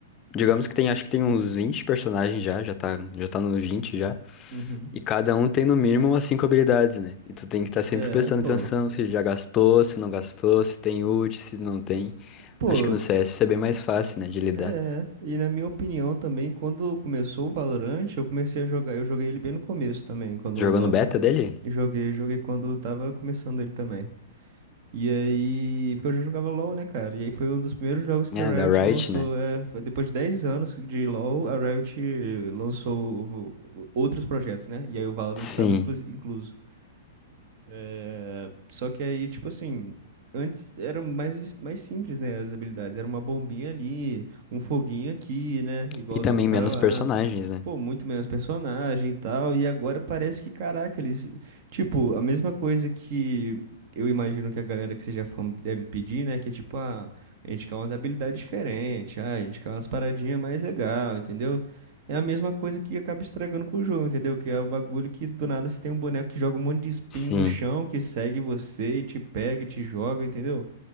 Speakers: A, on the left; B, on the right.
A: digamos que tem, acho que tem uns 20 personagens já, já tá, já tá nos 20 já.
B: Uhum.
A: E cada um tem no mínimo umas cinco habilidades, né? E tu tem que estar sempre
B: É,
A: prestando
B: pô.
A: atenção se já gastou, se não gastou, se tem ult, se não tem.
B: Pô,
A: Acho que no CS isso é bem mais fácil, né, de lidar.
B: É, e na minha opinião também, quando começou o Valorant, eu comecei a jogar, eu joguei ele bem no começo também, quando
A: Jogou no beta dele?
B: ah, joguei, joguei quando tava começando ele também. E aí, porque eu já jogava LoL, né, cara? E aí foi um dos primeiros jogos que
A: É,
B: a
A: da
B: Riot
A: Riot,
B: lançou,
A: né?
B: é, foi depois de 10 anos de LoL, a Riot lançou o- o- outros projetos, né? E aí o Valorant
A: Sim.
B: estava incluso. É, Só que aí, tipo assim, antes era mais, mais simples, né? As habilidades. Era uma bombinha ali, um foguinho aqui, né? Igual
A: E também
B: do, do cara
A: menos
B: lá.
A: personagens, né?
B: Pô, muito menos personagem e tal. E agora parece que, caraca, eles. Tipo, a mesma coisa que eu imagino que a galera que seja fã deve pedir, né? Que é tipo, ah, a gente quer umas habilidades diferentes, ah, a gente quer umas paradinhas mais legal, entendeu? É a mesma coisa que acaba estragando com o jogo, entendeu? Que é um bagulho que do nada você tem um boneco que joga um monte de espinho
A: Sim.
B: no chão, que segue você e te pega e te joga, entendeu?